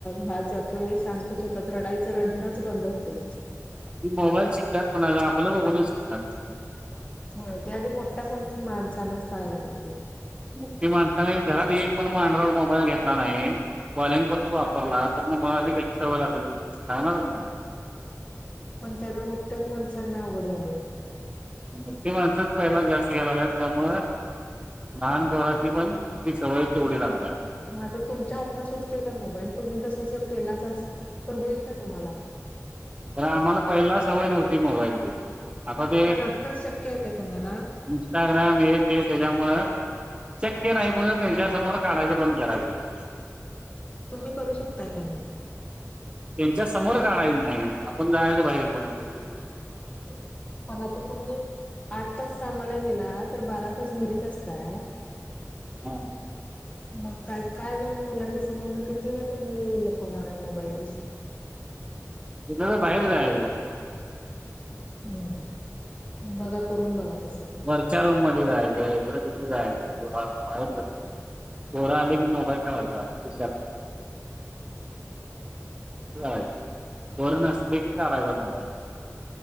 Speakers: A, on the left; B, on the right.
A: भात जात तोय शांतच होतात रडायचं रडणच बंद होतय.
B: ती मोबाईल शिकल्यात कोणाच आपलं बघूनच शिकनार.
A: होय ते आधी मोठा माण माणसांनाच कळायला पाहिजे.
B: मोठी माणसाने घरात एक पण म अँड्रॉइड मोबाईल घेतला नाय कॉलिंग पुरता वापरला तर मग मुलाना कशी सवय लागल लागणारच नाय.
A: पण ते आता मोठ्याच माणसांना अवघड झालय.
B: मोठी माणसच पहिला जास्त घ्या लागल्यात त्यामुळं लहान पोरास्नी पण ती सवय तेवढी लागल्या.
A: हा तर तुमच्या हातनं सुटतोय का मोबाईल तुम्ही तस ज केलासा तर होईल का तुम्हाला?
B: व्हय आम्हाला पहिला सवय नव्हती मोबाईलची. आता ते
A: पण आत्ताच शक्य आहे का तुम्हाला
B: इन्स्टाग्रांम हे ते त्यांच्यामुळे शक्यं नाहीं बणं त्यांच्या समोर काढायचं बंद करायलां पाहिजे.
A: तुम्हीं करूं शकतांय कां मंग?
B: त्यांच्या समोर काढायचं नाहीं आपणं जायचं बाहेर म्हं बं
A: हं पणं आंता तुम्हीं आंठ तांस कामांला गेलां तरं बारां तांस घरीच असतांय
B: हां
A: मंग कायं कायं म्हणूंन मुलांच्या समोरला किती वेळं तुम्हीं येलं फणांर आहे मोबाईल
B: जरां बाहेर जायचं
A: हम्मं बघां करूंन बघां तसं
B: चर्च्या रूंम मध्यें जांय इडे तिकडे जांय बाहे बघं पोरां आले की मोबाईल ठेवायचं
A: हं
B: चाललं वरूंण असले की कांढाला बरं